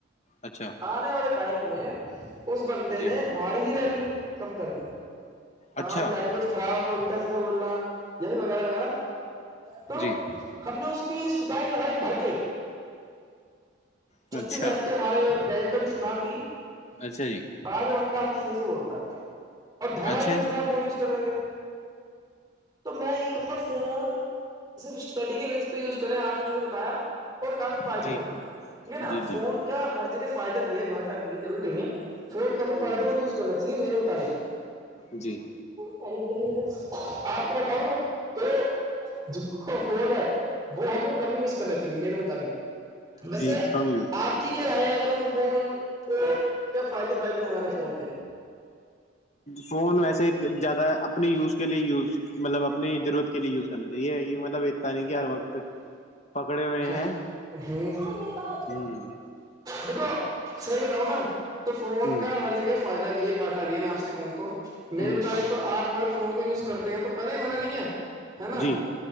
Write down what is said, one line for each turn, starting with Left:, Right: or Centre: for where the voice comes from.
Left: اچھا
Right: آنے والے ٹائم میں اس بندے
Left: جی
Right: نے ہماری ہی ویلو کم کرنی ہماری
Left: اچھا
Right: لینگویج خراب الٹا سیدھا بولنا یا وغیرہ وغیرہ تو
Left: جی
Right: ہم نے اس کی ستاائن لگائی بھر کے چھتیس
Left: اچھا
Right: گڑھ ت ہمارے بیلٹوں کی سدان دی
Left: اچھا جی
Right: پا جو انڈا ہم سے صحیح سے بولتا ہے اور ڈھرا
Left: اچھا جی
Right: بھی ہو چکا ہے فون یوز کرنے میں تو میں یہی کہوں گا فون صرف اسٹڈی کے بیس پہ یوز کریں آپ
Left: اچھا
Right: نے
Left: جی
Right: جیسے بتایا کافی فائدے
Left: جی
Right: مند ٹھیک ہے نا
Left: جی
Right: فون
Left: جی
Right: کا ہر جگہ فائدہ بھی ہے گھاٹ بھی ہے ضرور نہیں ہے فون کا وہ
Left: ہ
Right: فائدہ مند یوز کرنا چاہیے میرے مطابق
Left: جی
Right: ایڈٹ کریے نا آپ کو بتاؤ نا تو جو فول ہے وہ ہمیں کم یوز کرنا چاہیے میرے مطابق ویسے
Left: جی ہاں یوز
Right: آپ کی کیا رائے اگر ہم فون کو کیا فائدے فائدے ہیں ہمارے فون کے
Left: فون ویسے زیادہ اپنے یوز کے لیے یوز مطلب اپنی ضرورت کے لیے یوز کرنا چاہیے کہ مطلب اتنا نہیں کہ ہر وقت پکڑے ہوئے
Right: ہ
Left: ہیں
Right: ہوں ہ
Left: ہ
Right: دیکھو صحیح بتاؤ نا تو فون
Left: ہ
Right: کا ہر جگہہ فائدہ بھی ہے گاٹا بھی ہے میں آپ سے کہوں تو میرے
Left: ہ
Right: مطابق
Left: ہ
Right: تو آپ اگر فون کو یوز کرتے ہیں تو کریں من نہیں ہے ہے نا
Left: جی